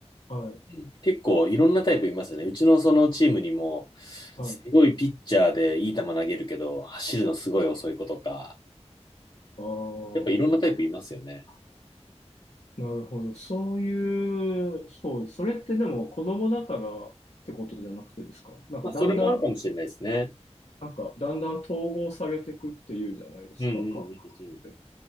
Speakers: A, on the left; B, on the left.
A: あ、はい、
B: ん結構いろんなタイプいますよね。うちのそのチームにも、
A: はい。
B: すごいピッチャーでいい球投げるけど、走るのすごい遅い子とか、
A: ああ。
B: やっぱいろんなタイプいますよね。
A: なるほど。そういう、そうです、それってでも子供だからってことじゃなくてですかなんかだんだん、
B: まあ、それもあるかもしれないですね。
A: なんかだんだん統合されていくっていうじゃないですか、
B: うんうんうんうん。
A: 感覚って。